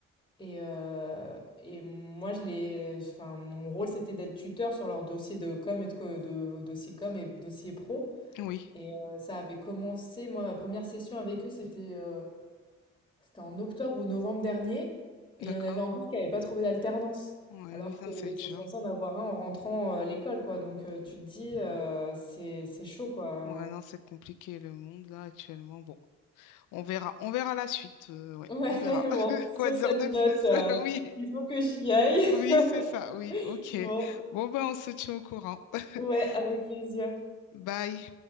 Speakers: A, on the left (about 15°); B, on the left (about 85°).
A: Et, euh, et moi, je l'ai, enfin, mon rôle, c'était d'être tuteur sur leur dossier de com et de, co- de- dossier com et dossier pro.
B: Oui,
A: Et euh, ça avait commencé, moi, ma première session avec eux, c'était euh, c'était en octobre ou novembre dernier. Et
B: d'accord.
A: il y en avait encore qui n'avaient pas trouvé d'alternance.
B: Ouais,
A: Alors
B: oui, ça,
A: qu'ils
B: c'est dur.
A: sont censés en avoir un en rentrant euh, à l'école, quoi. Donc euh, tu te dis, euh, c'est, c'est chaud, quoi.
B: Ouais, non, c'est compliqué le monde là actuellement. Bon, on verra, on verra la suite. euh, ouais,
A: Ouais,
B: on verra.
A: <laughs>
B: <laughs>
A: bon,
B: Quoi
A: sur
B: dire
A: cette
B: de
A: note,
B: plus?
A: euh,
B: <laughs> Oui.
A: il faut que j'y aille.
B: Oui,
A: <laughs>
B: c'est ça. Oui, ok.
A: Bon,
B: Bon, ben, on se tient au courant. <laughs>
A: ouais, avec plaisir.
B: Bye.